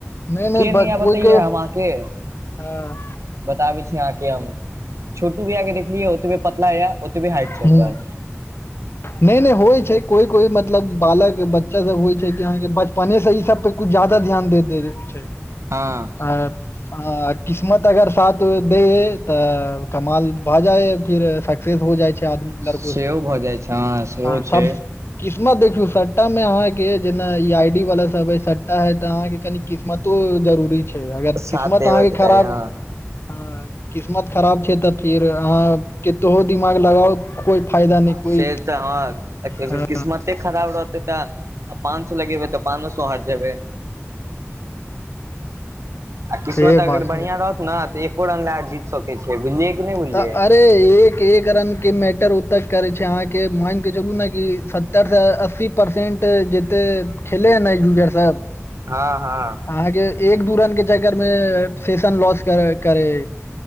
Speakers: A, on the left; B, on the right.
A: नहि
B: के
A: नहि ब
B: निया बतबियै
A: कोइ कोइ
B: हम आंहांके
A: हँ
B: बताबै छी अहाँके हम छोटू भईया के देखलियै ओतबे पतला या ओतबे हाइट छैय
A: हूं
B: ओकर।
A: नहि नहि होइ छैय कोइ कोइ मतलब बालक बच्चा सब होइ छैय कि अहाँके बचपनेसँ ई सब पे कुछ ज्यादा ध्यान दे दै छैय
B: हँ
A: आ किस मत अगर साथ दे तऽ कमाल भ जाय फिर सक्सेस हो जाइ। छै आदमी
B: सेहो
A: लड़को सब
B: भऽ जाइ छै सेहो
A: हँ
B: छै
A: सब किस्मत देखीयव सट्टा मे अहाँ के जेना ई आई डी वाला सब हय सट्टा है ते अहाँ के कनि किस् मतो जरूरी छैय अगर
B: साथ
A: किस्मत
B: देबय
A: अहाँके
B: के
A: खराब
B: चाही हँ
A: ह किस्मत खराब छै तऽ फिर अहाँ केतो दिमाग लगाउ कोइ फायदा न कोइ
B: से तऽ हँ अगर
A: हँ
B: किस्मते खराब रहतै तऽ आ पाँच सए लगेबै तऽ पाँचो सए हार जेबै आ किस्मत
A: से
B: अगर
A: बात
B: बढ़िआ
A: है
B: रहतै ना तऽ एको रन लए जीत सकैत छियै बुझलियै कि नहि बुझलियै
A: तऽ एक एक रन के मैटर ओत करे छै अहाँके माइन के चलू ने कि सत्तर से अस्सी परसेंट जते खेले है ने यूजर सब
B: हँ हँ
A: अहाँके एक दू रन के चक्कर मे सेशन लॉस कर करे